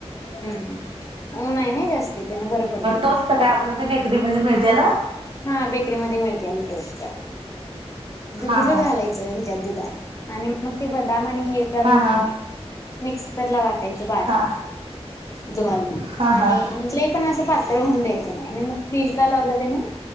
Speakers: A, on the left; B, on the right.
A: हम्म, ऊन हाय ना जास्ती त्यानं बरं पडतंय
B: टोस्ट
A: ते खायला.
B: काय आपलं ते बेकरीमध्ये मिळतेला.
A: हा बेकरी मध्ये मिळत्या ल टोस्ट,
B: हा
A: भिजत
B: हा
A: घालायच दुधात आणि मग ते बदाम आणि हे घालून
B: हा हा
A: त्या म्स वाटायच बारीक,
B: हा
A: दूध घालून
B: हा
A: आणि
B: हा
A: म्हणजे पण असं पातळ होऊन द्यायचं नाही, आणि मग फ्रीज लावलं त्यानी